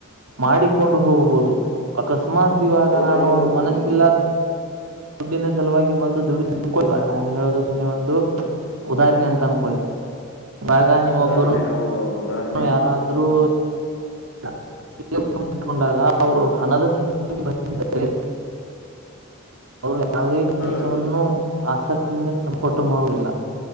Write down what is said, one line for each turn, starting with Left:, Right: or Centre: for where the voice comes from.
Right: ಮಾಡಿಕೊಂಡು ಹೋಗಬಹುದು ಅಕಸ್ಮತ್ ಮಾತ್ ಇವಾಗ
Left: ಹೌದು
Right: ನಾನು
Left: ಹೌದು
Right: ಅವ್ರ ಮನಸ್ಸಿಲ್ಲ
Left: ಹ್ಮ್
Right: ದುಡ್ಡಿಂದ ಸಲುವಾಗಿ ಬಂದು ದುಡ ಇವಾಗ ನಾನು ಹೇಳೋದು ಸುಮ್ಮನೆ ಒಂದು ಉದಾಹರಣೆ ಅಂತ ಅನ್ಕೊಳ್ಳಿ ಇವಾಗ ನೀವೊಬ್ಬರು
Left: ಉದಾಹರಣೆ ಹೌದೌದು ಉದಾಹರಣೆ
Right: ಯಾರಾದ್ರರು
Left: <inaudible>
Right: <inaudible>
Left: <inaudible>
Right: ಅವರು ಯಾವುದೇ ಕೆಲಸವನ್ನು
Left: ಹ್ಮ್
Right: ಆಸಕ್ತಿಯಿಂದ ಸಂಪಟು ಮಾಡುವುದಿಲ್ಲ